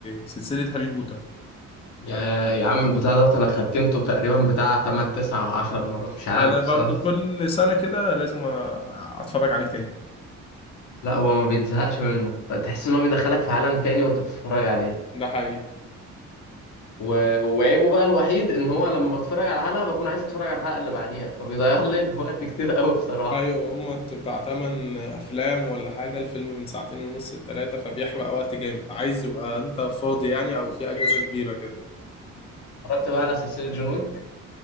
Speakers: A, on the left; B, on the left.
A: سلسلة هاري بوتر
B: يا يا عم البتاع ده انا ختمته تقريبا بتاع 8 9 10 مرات مش عارف
A: انا برضه
B: بصراحة
A: كل سنة كده لازم أ- اتفرج عليه تاني
B: لا هو ما بيتزهقش منه تحس ان هو بيدخلك في عالم تاني وانت بتتفرج عليه
A: ده حقيقي
B: و... وعيبه بقى الوحيد ان هو لما بتفرج على حلقة بكون عايز اتفرج على الحلقة اللي بعديها فبيضيع لي <laughs> وقت كتير قوي بصراحة
A: ايوه هما بت- بتاع تمن افلام ولا حاجة الفيلم من ساعتين ونص لتلاتة فبيحرق وقت جامد عايز يبقى انت فاضي يعني او في اجازة كبيرة كده
B: اتفرجت بقى على سلسلة جون ويك